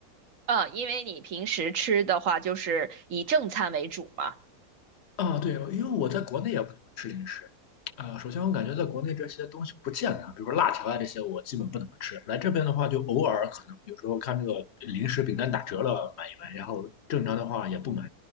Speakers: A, on the right; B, on the left.
A: 嗯，因为你平时吃的话就是以正餐为主嘛。
B: 啊，对，因为我在国内也不怎么吃零食。啊，首先我感觉在国内这些东西不健康，比如说辣条啊这些，我基本不怎么吃。来这边的话，就偶尔可能有时候看这个零食饼干打折了买一买，然后正常的话也不买。